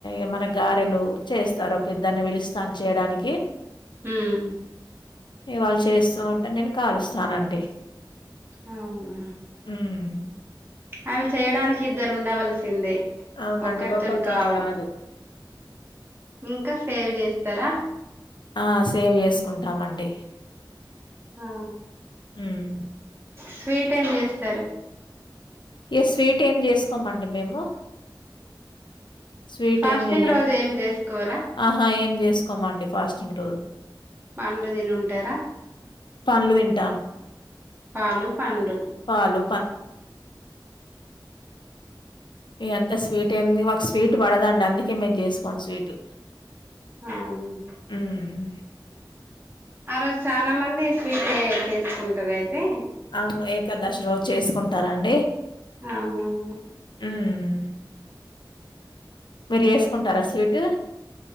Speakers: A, on the left; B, on the right.
A: ఏమన గారెలు చేస్తారు ఒక ఇద్దరిని విలుస్తాం చేయడానికి
B: ఉమ్
A: ఇగ వాళ్ళు చేస్తూంటే నేను కాలుస్తానండి.
B: అవునా.
A: ఉమ్.
B: అవి చేయడానికి ఇద్దరు ఉండవలసిందే.
A: అవునండి
B: ఒక్కరితోని
A: ఒకరితోటి
B: కావు.
A: కాదు
B: ఇంకా సేవ్ చేస్తరా
A: ఆ సేవ్ చేసుకుంటామండి
B: ఆ
A: హ్మ్.
B: స్వీట్ ఏం చేస్తరు
A: ఇగ స్వీటు ఏం చేసుకోమండి మేము. స్వీట్
B: ఫాస్టింగ్
A: ఏం జెయ్యం.
B: రోజు ఏం చేసుకోరా.
A: ఆహా! ఏం చేసుకోమండి ఫాస్టింగ్ రోజు.
B: పండ్లు తిని ఉంటరా.
A: పండ్లు తింటాం.
B: పాలు పండ్లు.
A: పాలు, ఇగ అంత స్వీటెమ్ ఏంది మాక్స్. స్వీట్ పడదండి అందుకే మేం చేసుకోం స్వీటు.
B: ఆహ్ అవును.
A: హ్మ్.
B: ఆ రోజు చాలా మంది స్వీట్యే చేసుకుంటరు అయితే.
A: అవును ఏకాదశి రోజు చేసుకుంటారండి.
B: అవునవును.
A: ఉమ్ మీరు చేసుకుంటారా స్వీటు.